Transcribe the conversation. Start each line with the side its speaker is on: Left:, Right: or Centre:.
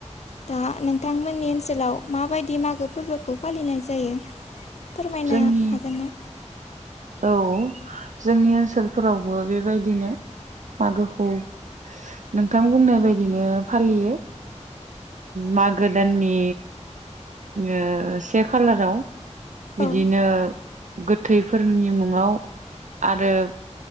Left: दा नोंथांमोननि ओनसोलाव माबायदि मागो फोरबोखौ फालिनाय जायो। फोरमायनो
Right: जोंनि
Left: हागोना?
Right: औ जोंनि ओनसोलफोरावबो बेबायदिनो, मागोखौ नोंथां बुंनाय बायदिनो फालियो। मागो दाननि ओ से खालाराव बिदिनो
Left: औ
Right: गोथैफोरनि मुङाव आरो